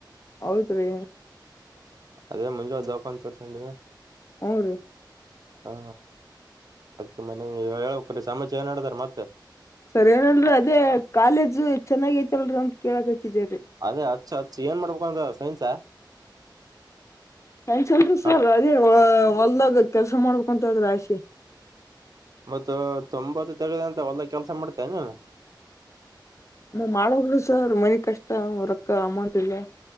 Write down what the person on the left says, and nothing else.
ಹೌದ್ರೀ
ಹ್ಞೂ ರೀ
ಸರಿ ಏನಲ್ರೀ ಅದೇ ಕಾಲೇಜು ಚಾನ್ನಗಿ ಐತೆಲ್ರರಿ ಅಂತ ಕೇಳಕ್ ಹಚ್ಚಿದೇರಿ.
ಸೈನ್ಸ್ ಅಲ್ಲ ರಿ ಸರ್
ಅದೇ ಹೊಲ್ದಾಗ ಕೆಲ್ಸ ಮಾಡಬೇಕ ಅಂತ ಅದ್ರೆ ಆಸೆ.
ಮಾಡೋಗರು ಸರ್ ಮನಿ ಕಷ್ಟ ರೊಕ್ಕ ಅಮೌಂಟ್ ಇಲ್ಲ